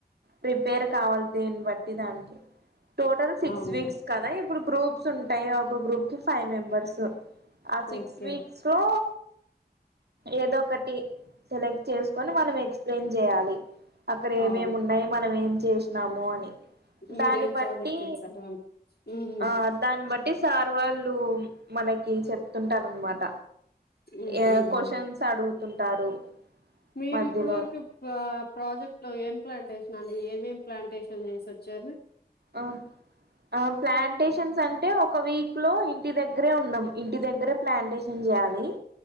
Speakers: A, on the right; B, on the left.
A: ప్రిపేర్ కావాలి దేన్ని బట్టి దానికి టోటల్ సిక్స్
B: అవునులే
A: వీక్స్ కదా ఇప్పుడు గ్రూప్ కొంచెం ప్రతి ఒక గ్రూప్ కి ఫైవ్ మెంబర్స్ ఆ సిక్స్
B: ఓకే
A: వీక్స్ లో ఏదో ఒకటి సెలెక్ట్ చేసుకొని మనం ఎక్స్ ప్లెయిన్ చేయాలి అక్కడ ఏమేమి
B: అవును
A: ఉన్నాయో మనం ఏం చేసినాము అని
B: మీరేం
A: దాన్ని బట్టి
B: ప్రాజెక్ట్ చేశారు అని ఉమ్
A: ఆ దాన్ని బట్టి సార్ వాళ్ళు మనకి చెప్తుంటారన్నమాట
B: ఉహు
A: ఆ క్వశ్చన్స్ అడుగుతుంటారు
B: మీరు
A: మధ్యలో
B: ఇప్పుడు వరకు ప్రాజెక్ట్ లో ఏం ప్రెజెంటేషన్ మరి ఏమేం ప్లాంటేషన్ చేసివచ్చారు
A: ఆ ఆ ప్లాంటేషన్స్ అంటే ఒక వీక్ లో ఇంటి దగ్గరే ఉన్నాం ఇంటి దగ్గరే ప్లాంటేషన్ చేయాలి